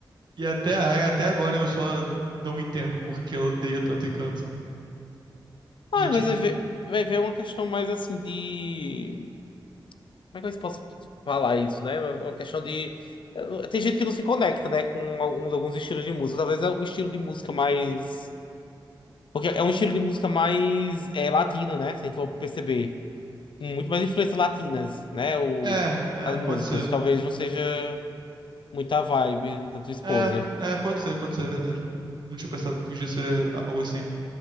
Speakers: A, on the right (about 60°); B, on the left (about 75°).
A: E até, aí, até agora eu só não entendo porque ela odeia tanto Encanto.
B: Ah,
A: E, tipo,
B: mas vai ver, vai ver uma questão mais assim de. Como é que eu posso falar isso, né? Uma questão de. Tem gente que não se conecta, né, com alguns, alguns estilos de música. Talvez é o estilo de música mais. Porque é um estilo de música mais é, latino, né? Se a gente for perceber. Com muito mais influências latinas, né? O...
A: É, é,
B: As músicas.
A: pode ser.
B: Talvez não seja muita vibe da tua esposa.
A: É, é, pode ser, pode ser, é verdade. Não tinha pensado que podia ser algo assim.